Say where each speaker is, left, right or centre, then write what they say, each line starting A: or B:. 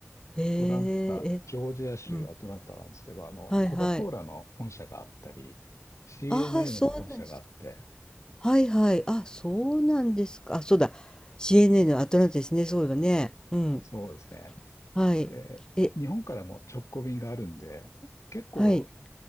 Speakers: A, on the left (about 15°); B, on the left (about 85°).
A: へえ、
B: アトランタ、
A: え、
B: ジョージア州アトランタなんですけど、
A: うん、
B: あの、
A: はい、
B: コカ・
A: はい。
B: コーラの本社があったり、CNN
A: ああ、そうなんです。
B: の本社があって、
A: はいはい。あ、そうなんですか。あ、そうだ。CNN のアトランタですね。そうだね。うん。
B: そうですね。
A: はい。
B: で、
A: え、
B: 日本からも直行便があるんで、結構
A: はい。